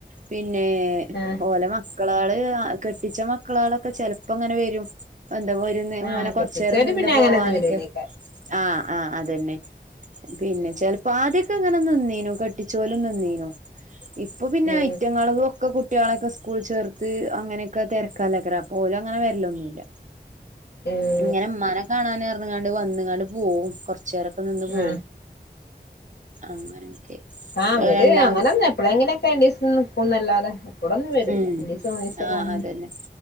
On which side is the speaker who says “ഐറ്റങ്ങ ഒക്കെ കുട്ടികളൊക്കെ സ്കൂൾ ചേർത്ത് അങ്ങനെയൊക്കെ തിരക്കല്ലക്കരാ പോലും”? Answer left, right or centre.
Right